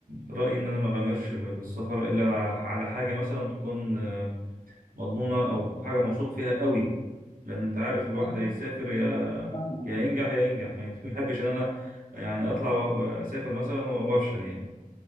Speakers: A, on the right; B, on the left.
A: رأيي إن أنا ما غامرش بالسفر إلا على حاجة مثلا تكون آه، مضمونة أو حاجة موثوق فيها قوي لأن أنت عارف الواحد
B: بس
A: هيسافر يا
B: آه، فاهمك.
A: يا ينجح يا ينجح ما بيحبش إن أنا يعني أطلع و- وأسافر مثلا وأفشل يعني